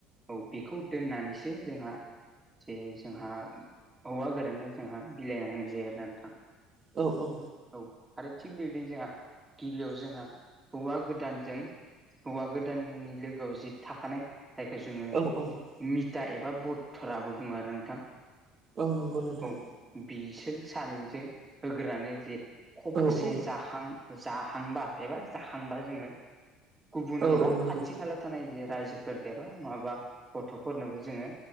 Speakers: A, on the right; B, on the right.
A: औ बेखौ दोननानैसो जोंहा जे जोंहा हौवा गोदाननो जोंहा बिलाइना होनाय जायो आरोा नोंथां
B: औ औ
A: औ आरो थिग बेबायदिनो जोंहा गिबियाव जोंहा हौवा गोदानजों हौवा गोदाननि लोगोआव जि थाफानाय जायखौ जोङो
B: औ औ
A: मिथा एबा बथराबो बुङो आरो नोंथां
B: औ नंगौ नोंथां
A: औ बिसोर सानैजों होग्रोनानै जे अबसे
B: औ औ
A: जां जाहांबा एबा जाहांबा जोङो गुबुुन
B: औ
A: एबा
B: औ नंगौ
A: खाथि खााला थानाय जे रायजोफोर एबा नङाबा गथ'फोरनोबो जोङो